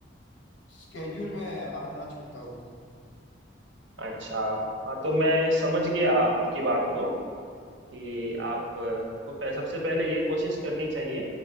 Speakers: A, on the left; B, on the right.
A: स्केड्यूल में आना चाहता हूँ
B: अच्छा हाँ तो मैं समझ गया आपकी बात को कि आप अ, को पह- सबसे पहले ये कोशिश करनी चाहिए